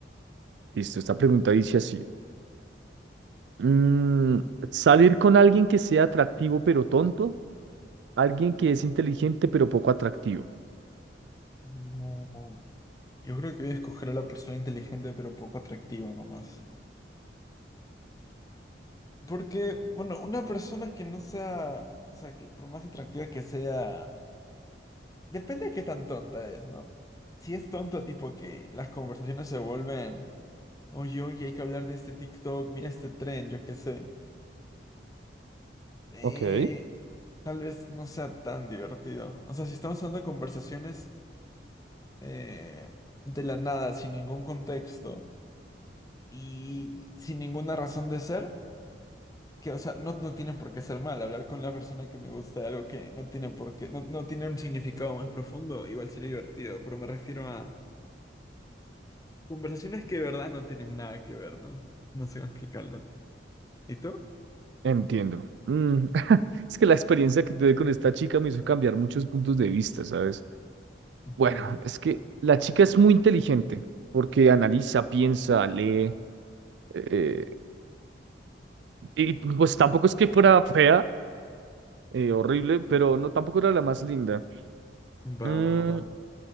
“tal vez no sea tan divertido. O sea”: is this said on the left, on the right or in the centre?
Left